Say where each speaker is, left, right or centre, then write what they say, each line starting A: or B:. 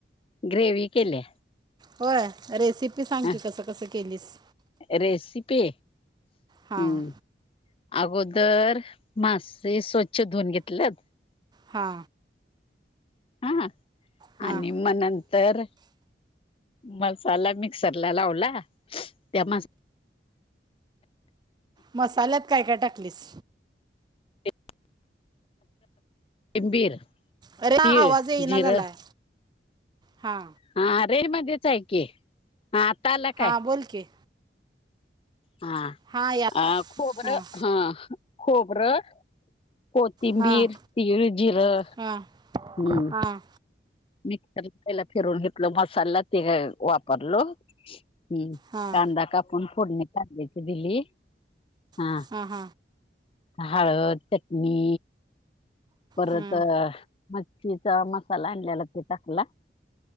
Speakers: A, on the left; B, on the right.
A: ग्रेवी केल्या.
B: होय. रेसिपी सांग
A: ह
B: की कसं कसं केलीस.
A: रेसिपी.
B: हां
A: हम्म. अगोदर मासे स्वच्छ धुवून घेतलेत.
B: हा.
A: हा.
B: हां
A: आणि म नं तर. मसाला मिक्सर ला लावला. त्या म
B: मसाल्यात काय काय टाकलीस?
A: <unintelligible> कोथिंबीर
B: अरे! ह
A: तीळ
B: आवाज येईना
A: जिरं
B: झालाय. हा.
A: हा. रेंज मध्येच आहे की. हा. आता आला
B: हां
A: काय?
B: बोल की.
A: हा.
B: हां या
A: अ खोबरं
B: हां
A: हा खोबरं. कोथिंबीर,
B: हां
A: तीळ, जिरं. हम्म.
B: हां हां
A: मिक्सर ला पहिला फिरून घेतलं. मसाला ते वापरलो. हम्म.
B: हां हां
A: कांदा कापून फोडणी कांद्याची दिली. हा.
B: हां
A: हळद चटनी परत
B: हां
A: मच्छीचा मसाला आणलेला ते टाकला.